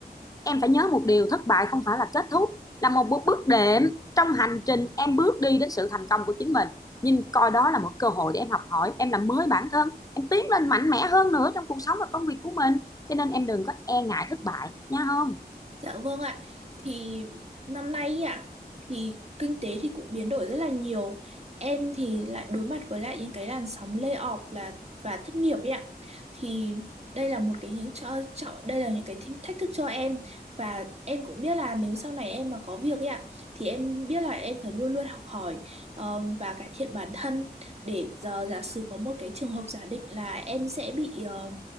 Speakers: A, on the left; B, on the right.
A: em phải nhớ một điều thất bại không phải là kết thúc là một bước đệm trong hành trình em bước đi đến sự thành công của chính mình nhìn coi đó là một cơ hội để em học hỏi em làm mới bản thân em tiến lên mạnh mẽ hơn nữa trong cuộc sống và công việc của mình cho nên em đừng có e ngại thất bại nha không
B: Dạ vâng ạ. Thì năm nay ý ạ thì kinh tế thì cũng biến đổi rất là nhiều. Em thì lại đối mặt với lại những cái làn sóng layoff là và thất nghiệp ấy ạ. Thì đây là một cái những cho, cho đây là những cái thách thách thức cho em và em cũng biết là nếu sau này em mà có việc ấy ạ thì em biết là em phải luôn luôn học hỏi ờ, và cải thiện bản thân để giờ giả sử có một cái trường hợp giả định là em sẽ bị ờ,